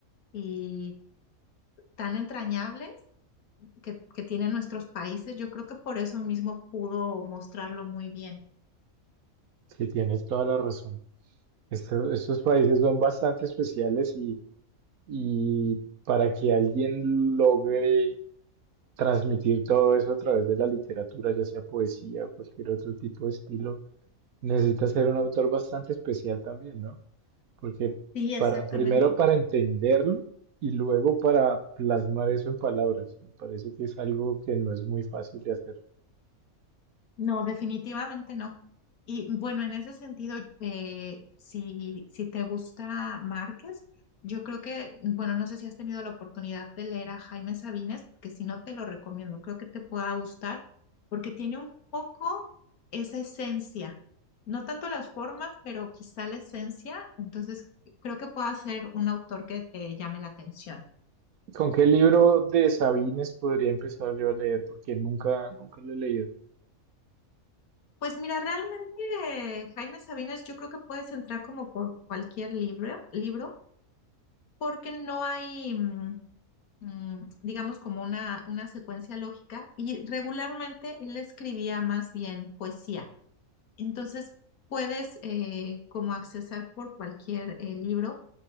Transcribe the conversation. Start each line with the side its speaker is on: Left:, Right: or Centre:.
Left: y tan entrañables que, que tienen nuestros países, yo creo que por eso mismo pudo mostrarlo muy bien.
Right: Sí, tienes toda la razón. Esto- estos países son bastante especiales y, y para que alguien logre transmitir todo eso a través de la literatura, ya sea poesía o cualquier otro tipo de estilo, necesita ser un autor bastante especial también, ¿no? Porque
Left: Sí, exactamente.
Right: para, primero para entenderlo y luego para plasmar eso en palabras. Me parece que es algo que no es muy fácil de hacer.
Left: No, definitivamente no. Y bueno, en ese sentido, eh, si, si te gusta Márquez, yo creo que, bueno, no sé si has tenido la oportunidad de leer a Jaime Sabines, que si no te lo recomiendo, creo que te pueda gustar, porque tiene un poco esa esencia, no tanto las formas, pero quizá la esencia, entonces creo que pueda ser un autor que te llame la atención.
Right: ¿Con qué libro de Sabines podría empezar yo a leer? Porque nunca, nunca lo he leído.
Left: Pues mira, realmente eh, Jaime Sabines yo creo que puedes entrar como por cualquier libro, libro. porque no hay, mm, mm, digamos, como una, una secuencia lógica y regularmente él escribía más bien poesía. Entonces, puedes eh, como accesar por cualquier eh, libro.